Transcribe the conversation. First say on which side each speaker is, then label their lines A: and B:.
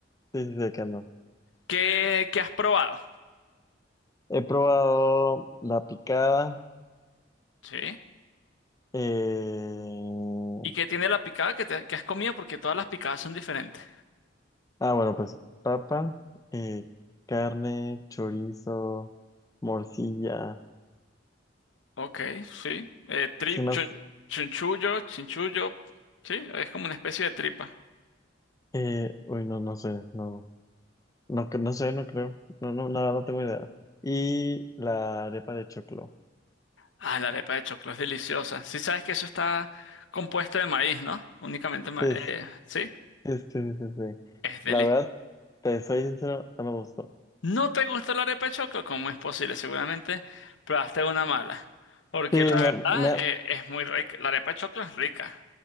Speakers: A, on the left; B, on the left.
A: sí, sé que no.
B: ¿Qué, qué has probado?
A: He probado la picada.
B: Sí.
A: Eh,
B: ¿Y qué tiene la picada que, te- que has comido? Porque todas las picadas son diferentes.
A: ah, bueno, pues papa, eh, carne, chorizo, morcilla.
B: Ok, sí. Eh, tri-
A: Sin más,
B: chun- chunchullo, chinchullo, sí, es como una especie de tripa.
A: eh, uy, no, no sé, no, no, cre- no sé, no creo, no, no, nada, no tengo idea. Y la arepa de choclo.
B: Ah, la arepa de choclo es deliciosa. Sí sabes que eso está compuesto de maíz, ¿no? Únicamente ma-
A: Sí,
B: eh,
A: sí,
B: sí,
A: sí, sí, sí, sí.
B: es delicioso.
A: La verdad, te soy sincero, no me gustó.
B: ¿No te gusta la arepa de choclo? ¿Cómo es posible? Seguramente probaste una mala. Porque
A: Sí,
B: la
A: me,
B: verdad
A: me,
B: eh, es muy rica. La arepa de choclo es rica.